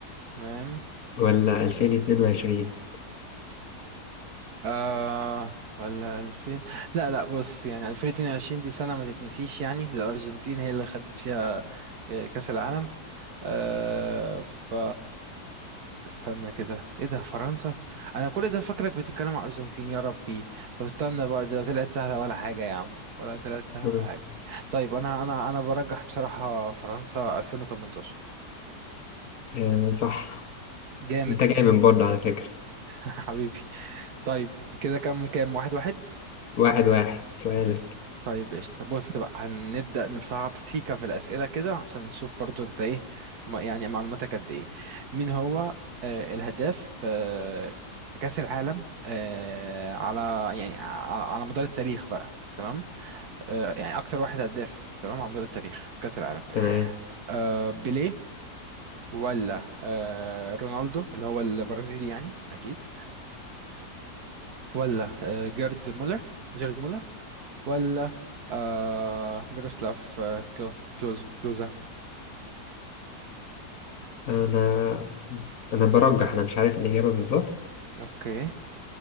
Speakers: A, on the right (about 70°); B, on the left (about 60°).
A: تمام
B: ولا ألفين اتنين وعشرين
A: آه ولا 2000 لا لا بص يعني 2022 دي سنة ما تتنسيش يعني للأرجنتين هي اللي خدت فيها آه، كأس العالم آه ف استنى كده ايه ده فرنسا انا كل ده فاكرك بتتكلم على الارجنتين يا ربي طب استنى بقى ده طلعت سهله ولا حاجه يا عم ولا طلعت سهله
B: مم.
A: ولا حاجه طيب انا انا انا برجح بصراحه فرنسا 2018
B: آه، صح
A: جامد
B: أنت جاي من برضه على فكرة
A: <laughs> حبيبي طيب كده كام كام واحد واحد
B: واحد واحد سؤالك
A: طيب قشطة بص بقى هنبدأ نصعب سيكا في الأسئلة كده عشان نشوف برضو أنت إيه ما- يعني معلوماتك قد إيه مين هو آه، الهداف آه، في كأس العالم آه، على يعني ع- على مدار التاريخ بقى تمام آه، يعني أكتر واحد هداف تمام على مدار التاريخ في كأس العالم
B: تمام
A: آه، بيليه ولا آه، رونالدو اللي هو البرازيلي يعني أكيد ولا آه، جيرد مولر جيرد مولر ولا آه ميروسلاف آه كلو كلوز كلوزا
B: أنا أنا برجح أنا مش عارف الإجابة بالظبط
A: اوكي